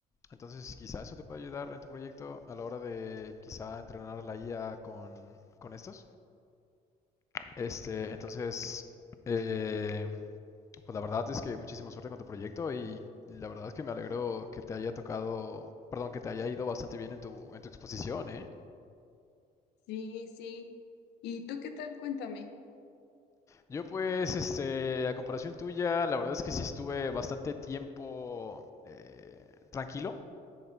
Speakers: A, on the left (about 15°); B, on the left (about 85°).
A: Entonces, quizá eso te puede ayudar en tu proyecto a la hora de quizá entrenar la IA con, con estos. Este, entonces, eh, pues la verdad es que muchísima suerte con tu proyecto y la verdad es que me alegro que te haya tocado, perdón, que te haya ido bastante bien en tu, en tu exposición, ¿eh?
B: Sí, sí. ¿Y tú qué tal? Cuéntame.
A: Yo pues, este, a comparación tuya, la verdad es que sí estuve bastante tiempo eh, tranquilo.